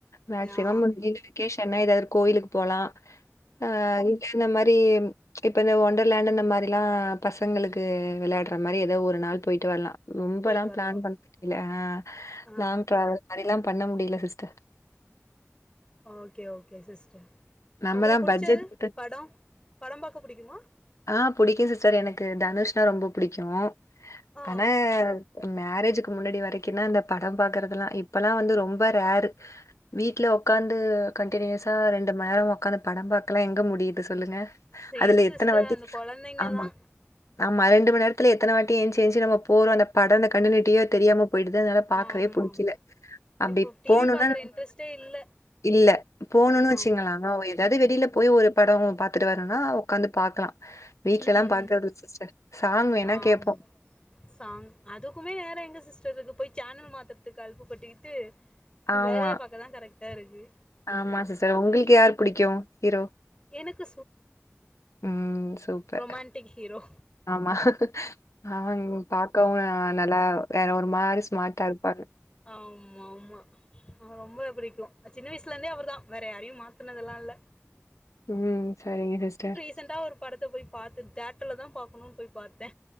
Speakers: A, on the left; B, on the left.
A: மேக்சிமம்
B: ஆ
A: கீழே வெக்கேஷன்னா ஏதாவது கோயிலுக்கு போலா ஆ இந்த மாரி இப்ப இந்த ஒண்டர்லேண்ட் அந்த மாரி எல்லா பசங்களுக்கு விளையாடுற மாரி ஏதோ ஒரு நாள் போயிட்டு வரலா ரொம்ப
B: போயிட்டு
A: எல்லா
B: வரலா
A: பிளான் பண்ண முடியல ஆ
B: ஆ
A: லாங் டிராவல் மாதிரிலா பண்ண முடியல சிஸ்டர்
B: ஓக்கே ஓக்கே சிஸ்டர்
A: நம்ம
B: உங்களுக்கு
A: தான்
B: பிடிச்சது
A: பட்ஜெட் போட்டு
B: படம் படம் பாக்க பிடிக்குமா
A: ஆ புடிக்கு சிஸ்டர் எனக்கு தனுஷ்னா ரொம்ப பிடிக்கு
B: ஆ
A: ஆனா மேரேஜுக்கு முன்னாடி வரைக்குன்தா இந்த படம் பாக்குறதெல்லா இப்பல்லா வந்து ரொம்ப ரேரு வீட்ல உட்காந்து கண்டினியூஸா ரெண்டு மணி நேரோ உக்காந்து படம் பாக்கலா எங்க முடியுது சொல்லுங்க
B: சேம்
A: அதுல எத்தன
B: சிஸ்டர்
A: வாட்டி
B: அந்த கொழந்தைங்க
A: ஆமா
B: தா
A: ஆமா ரெண்டு மணி நேரத்துல எத்தன வாட்டி எஞ்சு ஏஞ்சு நம்ம போற அந்த படம்ல கண்டினிட்டியா தெரியாம போயிடுது அதனால பாக்கவே
B: ஆமா
A: புடிக்கல
B: ஆமா
A: அப்படி
B: இப்போ டிவி
A: போணுனா
B: பாக்குற இன்ட்ரெஸ்ட்டே இல்ல
A: இல்ல போணுனா வெச்
B: ஆமா
A: ஆ ஏதாவது வெளியில போய் ஒரு படோ பாத்துட்டு வரனுன்னா உக்காந்து பாக்கலா வீட்டுலல்லா
B: ம்
A: பாக்குறது
B: ம்
A: இல்ல சிஸ்டர் சாங் வேணா
B: ஆமா
A: கேப்போம்.
B: சாங் அதுக்குமே நேர எங்க சிஸ்டர்க்கு போய் சேனல் மாத்துரதுக்கு அலுப்பு பட்டுக்கிட்டு
A: ஆமா.
B: வேலைய பாக்கதா கரெக்ட்டா இருக்கு
A: ஆமா சிஸ்டர் உங்களுக்கு யார் பிடிக்கு ஹீரோ
B: எனக்கு
A: ம் சூப்பர்.
B: ரொமான்ட்டிக் ஹீரோ
A: ஆமா ஆமாங்க பாக்கவு நல்லா வேற ஒரு மாரி ஸ்மார்ட்டா இருப்பாரு
B: ஆம் ம்மாம்மா ஆமா அவ ரொம்ப பிடிக்கு சின்ன வயசுல இருருந்தே அவரு தா வேற யாரையு மாத்தனதுல்லா இல்ல
A: ம் சரிங்க சிஸ்டர்
B: ரீசன்ண்டா ஒரு படத்த போய் பாத்து தேட்டர்ல தா பாக்கணுனு போய் பாத்தே